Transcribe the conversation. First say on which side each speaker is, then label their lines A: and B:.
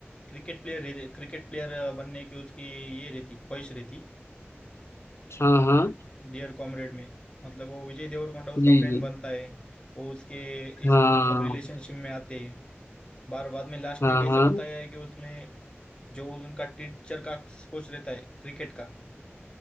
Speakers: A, on the left (about 25°); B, on the left (about 80°).
A: क्रिकेट प्लेयर क्रिकेट प्लेयर बनने की उसकी ये रहती ख्वाहिश रहती
B: हाँ हाँ
A: डियर कॉमरेड में मतलब वो विजय देवरकोंडा उसका
B: जी
A: फ्रेंड
B: जी
A: बनता है वो उसके इस
B: हाँ
A: मतलब रिलेशनशिप में आते हैं बार बाद में लास्ट
B: हाँ
A: में कैसा
B: हाँ
A: बताया है कि उसमें जो उनका टीचर का कोच रहता है क्रिकेट का